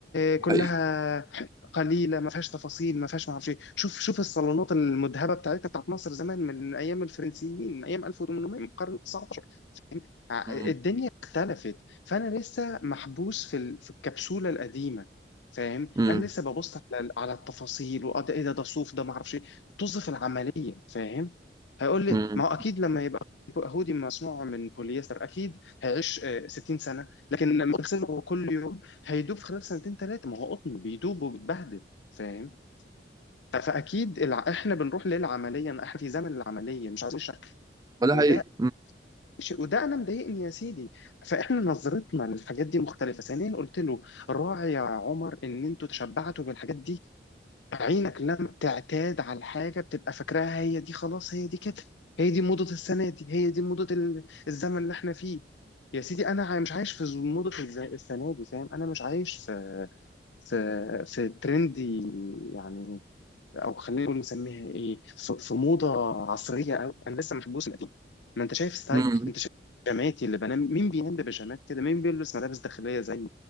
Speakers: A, on the left; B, on the right.
A: آه،
B: ده
A: كلها
B: حقيقي
A: قليله ما فيهاش تفاصيل ما فيهاش ما اعرفش إيه. شوف شوف الصالونات المذهبه بتاعتنا بتاعت مصر زمان من ايام الفرنسيين من ايام 1800 من القرن ال 19 فاهم؟ ع-
B: امم
A: الدنيا اختلفت فانا لسه محبوس في ال- في الكبسوله القديمه فاهم
B: امم
A: انا لسه ببص على على التفاصيل واه ده ايه ده ده صوف ده ما اعرفش ايه طز في العمليه فاهم هيقول لي
B: امم
A: ما هو اكيد لما يبقى هودي مصنوع من بوليستر اكيد هيعيش آه، 60 سنه لكن لما اغسله كل يوم هيدوب في خلال سنتين ثلاثة ما هو قطن بيدوب وبيتبهدل فاهم ف- فأكيد الع... احنا بنروح للعملية إن احنا في زمن العملية مش عايزين شك
B: ولا
A: وده
B: حقيقي
A: شيء وده انا مضايقني يا سيدي فاحنا نظرتنا للحاجات دي مختلفة ثانيا قلت له راعي يا عمر ان انتوا تشبعتوا بالحاجات دي عينك لما تعتاد على الحاجة بتبقى فاكراها هي دي خلاص هي دي كده هي دي موضة السنة دي هي دي موضة ال- الزمن اللي احنا فيه يا سيدي انا عاي- مش عايش في ز- موضة الز- السنة دي فاهم انا مش عايش في في في ترند يعني او خلينا نقول نسميها ايه في في موضه عصريه قوي انا لسه محبوس القديم ما انت شايف ستايل
B: امم
A: انت شايف بيجاماتي اللي بنام مين بينام ببيجامات كده مين بيلبس ملابس داخليه زيي